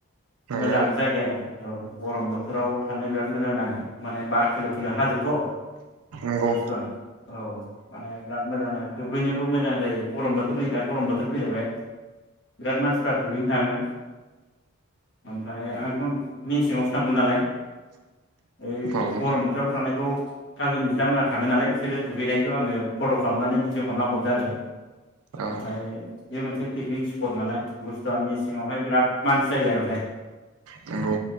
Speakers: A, on the right (about 85°); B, on the left (about 55°).
A: नंगौ
B: मोजां जायगाया औ गरम बोथोराव थानो बिराद मोजां नाङो माने बार खोलो खोलो हाजोथ'
A: नंगौ
B: बुस्थुआ औ माने बिराद मोजां दुगैनो बो मोजां जायो गरम बोथोर नै दा गरम बोथोर फैलायबाय बिराद मानसिफोरा दुगैनो थाङो ओमफाय आंथ' मेसेंआवसो थांदों नालाय ओइ
A: औ
B: गरम बोथोराव थांनायखौ काजिन बिथांमोनहा थाङो नालाय बिसोरो दुगैनायखौ आंनो फट' खालामनानै भिडिअ खालामना हरदों आरो
A: औ
B: ओमफ्राय बे मोनसे पिकनिक स्पट नालाय बुस्थुआ मेसेंआवहाय बिराद मानसि जायो आरो बाहाय
A: नंगौ